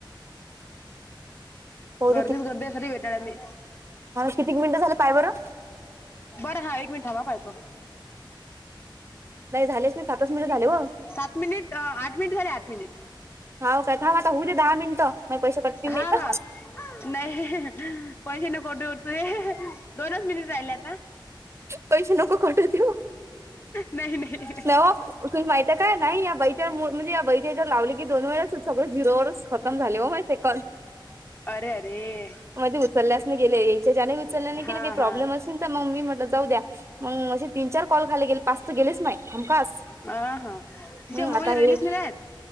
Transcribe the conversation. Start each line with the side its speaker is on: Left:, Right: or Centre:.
Right: होऊ
Left: गर्दी गर्दी आहे सरी भेटाडली
Right: कितीक मिनटं झाले पा प बर
Left: बरं हा एक मिनट ह वा पाहेतो
Right: नाही झालेच नाही सातच मिनटं झाले ब
Left: सात मिनिट आठ मिनिट झाले आठ मिनिट
Right: हाव काय थांब आता होऊ दे दहा मिनिटं माझे पैसे कटतील नाही
Left: हा
Right: तर
Left: हा नाही पैसे नकोठे उठतू दोनच मिनिट राहिले आता
Right: पैसेा नको कट देव
Left: नाही नाही
Right: नवा तु माहितीय काय नाही या बैच्या म्हणजे या बैच्या लावले की दोन वेळे सगळं झिरोवरच खम झाले हो माहि सेक
Left: अरे अरे
Right: मध्ये उचलल्यास गेले याच्याने उचलल्याने गेले
Left: हा
Right: काही
Left: हा
Right: प्रॉब्म असेल ना मी म्हट चौद्या मग असे तीन चार कॉल खाले गेले पाच गेलेच नाही हमखस
Left: हा हा तिच्या
Right: हम्
Left: मोबाईल
Right: आता हे
Left: रेंजेस
Right: हो
Left: नाही राहत